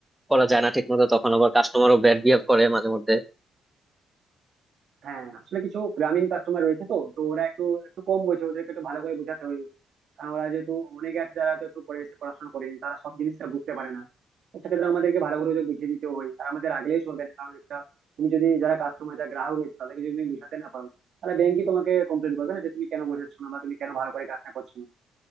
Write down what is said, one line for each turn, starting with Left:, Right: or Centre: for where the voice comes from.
Centre: করা যায় না ঠিক মতো তখন আবার কাস্টমারও ব্যাড বিহেভ করে মাঝে মধ্যে
Right: হ্যাঁ আসলে কিছু গ্রামীণ কাস্টমার রয়েছে তো তো ওরা একটু একটু কম বোঝে ওদেরকে একটু ভালো করে বোঝাতে হয় আমরা যেহেতু অনেকে আছে যারা তো একটু পরিবেশে পড়াশোনা করেনি তারা সব জিনিসটা বুঝতে পারে না তো সেক্ষেত্রে আমাদেরকে ভালো করে ওদের বুঝিয়ে দিতে হয় আর আমাদের আগলেই চলবে না কারণ একটা তুমি যদি যারা কাস্টমার যারা গ্রাহক রয়েছে তাদেরকে যদি তুমি বুঝাতে না পারো তাহলে ব্যাংকই তোমাকে কমপ্লেন করবে না যে তুমি কেন বোঝাচ্ছ না বা তুমি কেন ভালো করে কাজটা করছো না